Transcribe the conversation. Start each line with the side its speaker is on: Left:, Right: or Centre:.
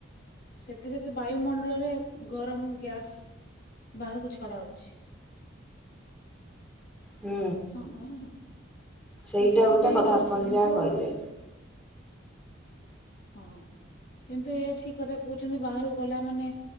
Left: ସେତେ ସେତେ ବାୟୁମଣ୍ଡଳରେ ଗରମ ଗ୍ୟାସ୍ ବାହାରକୁ ଛଡା ହଉଛି।
Centre: ହୁଁ।
Left: ହଁ
Centre: ସେଇଟା
Left: ତ ସେଥିପାଇଁ
Centre: ଗୋଟେ କଥା
Left: ହଉଛି
Centre: ଆପଣ
Left: କିନ୍ତୁ
Centre: ଯା କହିଲେ।
Left: ହଁ କିନ୍ତୁ ଏଇ ଠିକ କଥା କହୁଛନ୍ତି ବାହାରୁକୁ ଗଲା ମାନେ